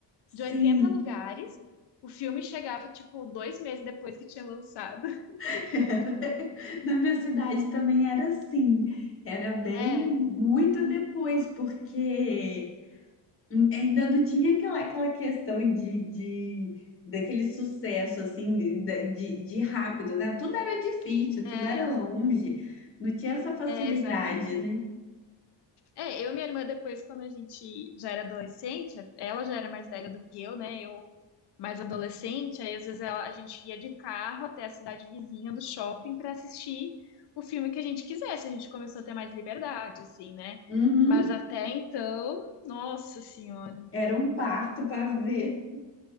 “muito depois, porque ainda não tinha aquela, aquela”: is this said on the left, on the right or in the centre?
Left